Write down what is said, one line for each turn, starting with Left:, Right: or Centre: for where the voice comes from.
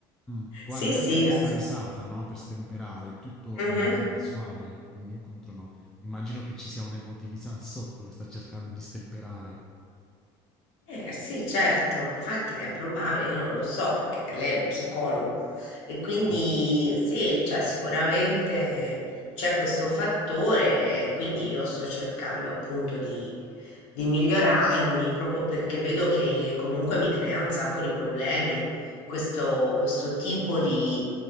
Centre: Mh. Guardi
Left: Sì, sì,
Centre: anche questa
Left: ass-
Centre: risata, no, per stemperare, tutto
Left: mhm.
Centre: non è mai casuale in un incontro, no, immagino che ci sia un'emotività sotto che sta cercando di stemperare.
Left: Eh, sì, certo, infatti è probabile, io non lo so perché lei è lo psicologo e quindi
Centre: Mh.
Left: sì, cioè, sicuramente c'è questo fattore, e quindi io sto cercando appunto di, di migliorarmi proprio perché vedo che comunque mi crea un sacco di problemi questo questo tipo di